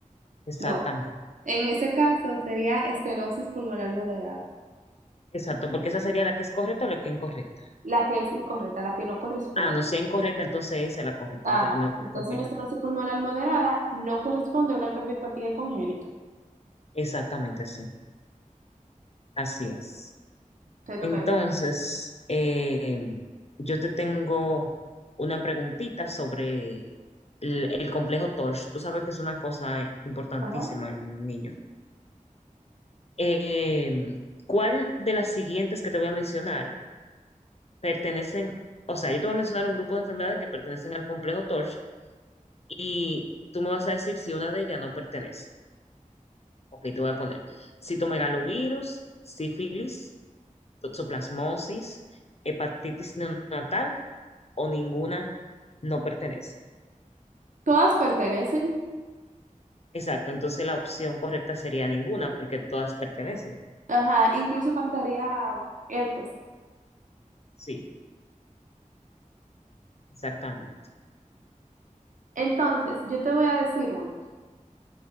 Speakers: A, on the left; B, on the right.
A: Exactamente.
B: No, en ese caso sería estenosis pulmonar moderada,
A: Exacto, porque esa sería la que es correcta o la que es incorrecta.
B: la que es incorrecta, la que no corresponde.
A: Ah, no, si es incorrecta, entonces esa es la correcta,
B: Ajá,
A: la que tú me dijiste
B: entonces
A: al final.
B: una estenosis pulmonar moderada no corresponde a una cardiopatía congénita.
A: Exactamente, sí. Así es.
B: Te tocaría.
A: Entonces, eh, yo te tengo una preguntita sobre el, el complejo TORCH. Tú sabes que es una cosa importantísima
B: Ajá.
A: en un niño. Eh, ¿cuál de las siguientes que te voy a mencionar pertenecen, o sea, yo te voy a mencionar un grupo de enfermedades que pertenecen al complejo TORCH y tú me vas a decir si una de ellas no pertenece. Ok, te voy a poner citomegalovirus, sífilis, toxoplasmosis, hepatitis neonatal o ninguna no pertenece.
B: Todas pertenecen.
A: Exacto, entonces la opción correcta sería ninguna, porque todas pertenecen.
B: Ajá, incluso faltaría herpes.
A: Sí, exactamente.
B: Entonces, yo te voy a decir una.